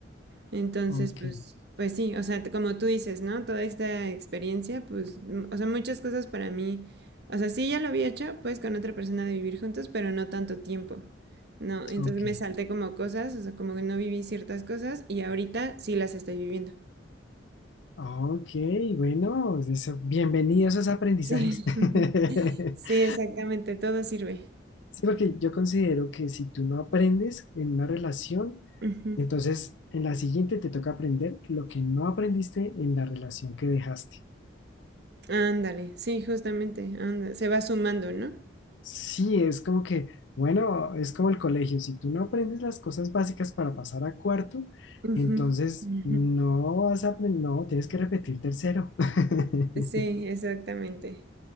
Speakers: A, on the right (about 60°); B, on the left (about 75°).
A: Entonces,
B: ok,
A: pues, pues sí, o sea, como tú dices, ¿no? Toda esta experiencia, pues, mm, o sea, muchas cosas para mí, o sea, sí ya lo había hecho, pues, con otra persona de vivir juntos, pero no tanto tiempo, ¿no? Entonces
B: ok,
A: me salté como cosas, o sea, como que no viví ciertas cosas y ahorita sí las estoy viviendo.
B: ok, bueno, eso, bienvenidos a esos aprendizajes.
A: Sí, <laughs>
B: <laughs>
A: sí, exactamente, todo sirve.
B: Sí, porque yo considero que si tú no aprendes en una relación,
A: Ujú.
B: Entonces, en la siguiente te toca aprender lo que no aprendiste en la relación que dejaste.
A: Ándale, sí, justamente, anda, se va sumando, ¿no?
B: Sí, es como que, bueno, es como el colegio. Si tú no aprendes las cosas básicas para pasar a cuarto,
A: Ujú,
B: entonces
A: ujú.
B: no vas a aprender, no, tienes que repetir tercero. <laughs>
A: Sí, exactamente,